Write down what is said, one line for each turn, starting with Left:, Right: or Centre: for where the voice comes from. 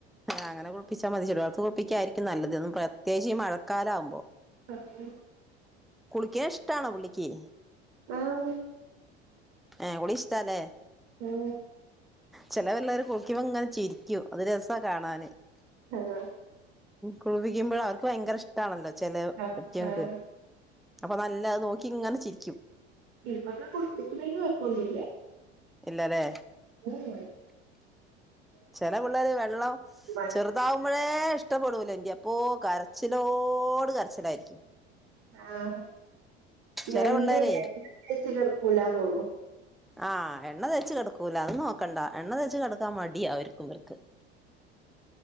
Centre: അങ്ങനെ കുളപ്പിച്ചാ മതി ചേലോക്ക് കുൾപ്പിക്കായിരിക്കും നല്ലത് പ്രത്യേകിച്ച് ഈ മഴക്കാലാകുമ്പോ
Right: ഓക്കെ
Centre: കുളിക്കേ ഇഷ്ടാണോ പുള്ളിക്ക്
Right: ആം
Centre: ഏ കുളി ഇഷ്ടാ ല്ലേ
Right: ഉം
Centre: ചെലേ പിള്ളേര് കുളിക്കുമ്പോ ഇങ്ങനെ ചിരിക്കും അത് രസ കാണാന്
Right: ആഹ്
Centre: കുൾപിക്കുമ്പോൾ അവർക്ക് ഭയങ്കര ഇഷ്ടണല്ലോ ചെലേ
Right: ആഹ്
Centre: കുറ്റിയക്ക്
Right: ആഹ്
Centre: അപ്പൊ നല്ലനോക്കി ഇങ്ങനെ ചിരിക്കും
Right: ഇവർക്ക് കുളിപ്പിക്കുന്നതിന് കൊയ്പ്പൊന്നുല്ല
Centre: ഇല്ലലേ
Right: ഊമ്
Centre: ചെലേ പിള്ളേര് വെള്ളം
Right: പണി
Centre: ചെറു താവുമ്പോളേ ഇഷ്ടപ്പെടൂല ന്റെ അപ്പോ കരച്ചിലോട് കരച്ചിലായിരിക്കും
Right: ആഹ്
Centre: ചില
Right: എണ്ണേഎണ്ണതേച്ച്
Centre: പിള്ളേരെ
Right: കെട്ക്കൂലന്നുള്ളൂ
Centre: ആഹ് എണ്ണ തേച്ച് കെട്ക്കൂല അത് നോക്കണ്ട എണ്ണ തേച് കെട്ക്കാൻ മടിയാ അവർക്കുംവർക്ക് <inaudible>